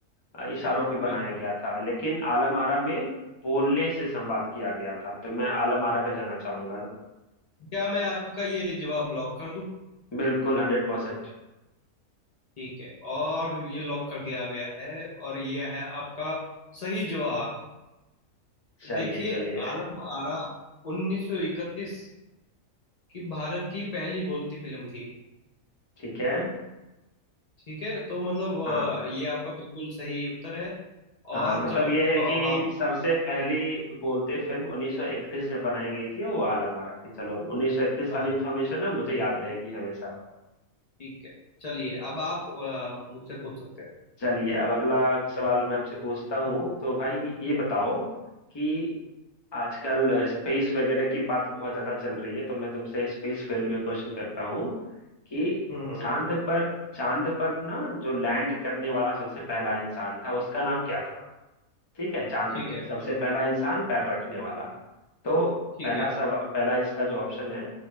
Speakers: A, on the left; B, on the left.
A: अ, इशारों पे
B: अच्छा
A: बनाया गया था लेकिन आलम आरा में बोलने से संवाद किया गया था तो मैं आलम आरा पे जाना चाहूंगा
B: क्या मैं आपका ये जवाब लॉक कर दूं
A: बिल्कुल हंड्रेड परसेंट
B: ठीक है और ये लॉक कर दिया गया है और ये है आपका सही जवाब
A: चलिए
B: देखिए
A: चलिए
B: आलम आरा 1931 की भारत की पहली बोलती फिल्म थी
A: ठीक है
B: ठीक है तो मतलब
A: हाँ
B: अ, ये आपका बिल्कुल सही उत्तर है
A: हाँ
B: और
A: मतलब
B: चलो
A: ये है
B: अब
A: कि
B: आप
A: सबसे पहली बोलते फिल्म 1931 में बनाई गई थी वो आला मारा थी चलो 1931
B: हाँ
A: वाली इन्फॉर्मेशन ना मुझे याद रहेगी हमेशा
B: ठीक है चलिए अब आप अ, मुझसे पूछ सकते हैं
A: चलिए अब अगला सवाल मैं आपसे पूछता हूँ तो भाई ये बताओ कि आजकल स्पेस वगैरह की बात बहुत ज्यादा चल रही है तो मैं तुमसे स्पेस फील्ड में क्वेश्चन करता हूँ कि
B: हम्म हम्म
A: चांद पर चांद पर ना जो लैंड करने वाला सबसे पहला इंसान था उसका नाम क्या था ठीक है चांद
B: ठीक
A: पे
B: है
A: सबसे पहला इंसान पैर रखने वाला तो
B: ठीक
A: पहला
B: है
A: सब पहला इसका जो ऑप्शन है